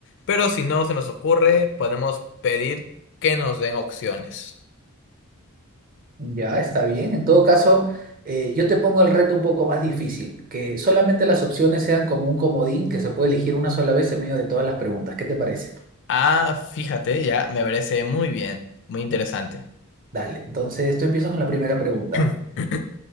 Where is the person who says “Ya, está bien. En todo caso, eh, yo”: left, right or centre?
Right